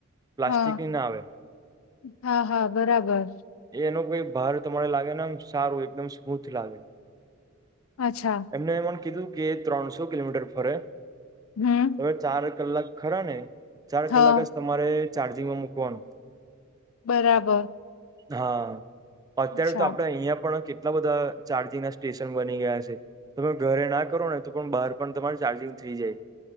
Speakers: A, on the right; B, on the left.
A: પ્લાસ્ટિકએ
B: હા
A: ના આવે,
B: હા હા બરાબર
A: એ એનું <unintelligible> બાર તમારે લાગે ને એમ સારું એકદમ સ્મૂથ લાગે‌
B: અચ્છા
A: એમને મન કીધું કે ત્રણસો કિલોમીટર ફરે,
B: હમ
A: અવે ચાર જ કલાક ખરા ને, ચાર
B: હા
A: કલાક જ તમારે ચાર્જિંગમાં મકવાનું
B: બરાબર.
A: હા અત્યારે
B: અચ્છા
A: તો આપડે અંયા પણ કે એટલા બધા ચાર્જિંગ ના સ્ટેશન બની ગયા છે તમે ઘરે ના કરો ને, તો પણ બાર પણ તમાર ચાર્જિંગ થઈ જાય.